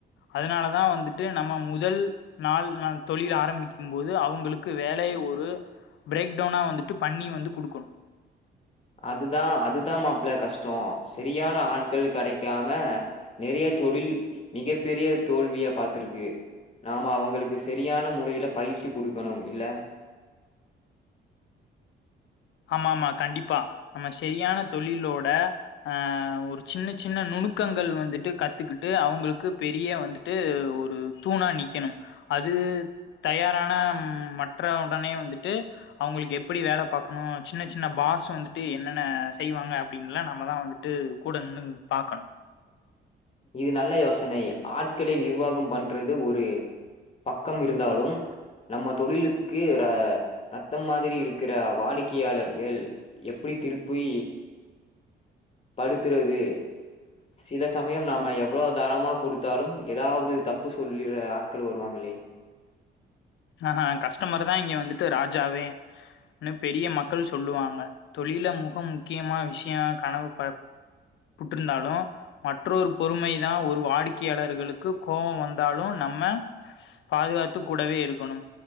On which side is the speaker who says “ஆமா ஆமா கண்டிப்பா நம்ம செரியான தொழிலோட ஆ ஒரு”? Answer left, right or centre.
Left